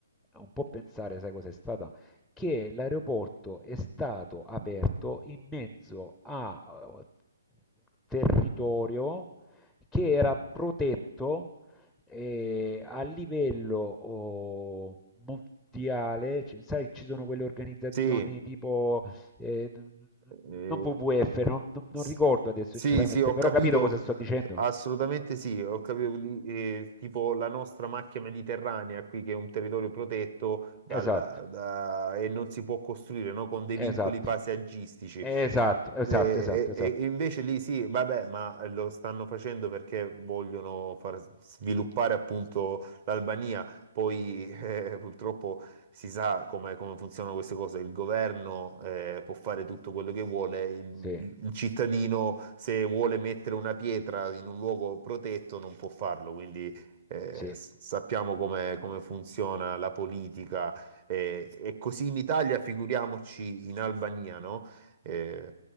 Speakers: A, in the centre; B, on the right.
A: un po' pensare, sai cos'è stata? Che l'aeroporto è stato aperto in mezzo a eh, territorio che era protetto e a livello oh, mondiale, ci- sai, ci sono quelle organizzazioni
B: Sì.
A: tipo, eh,
B: Eh,
A: non WWF, non, non-
B: s-
A: non ricordo adesso
B: sì,
A: sinceramente,
B: sì, ho
A: però
B: capito,
A: capito cosa sto dicendo?
B: assolutamente sì, ho capito, di- eh, tipo la nostra macchia mediterranea qui che è un territorio protetto dal-
A: Esatto,
B: da- e non si può costruire, no? Con dei vincoli
A: esatto,
B: paesaggistici.
A: esatto, esatto,
B: Eh,
A: esatto, esatto.
B: E, e invece lì sì, vabbè, ma lo stanno facendo perché vogliono far sviluppare appunto l'Albania. Poi <laughs> eh, purtroppo si sa come, come funzionano queste cose, il governo eh, può fare tutto quello che vuole, il,
A: Sì,
B: il cittadino se vuole mettere una pietra in un luogo protetto non può farlo, quindi eh,
A: sì,
B: s- sappiamo come, come funziona la politica eh, e così in Italia, figuriamoci in Albania, no? Eh,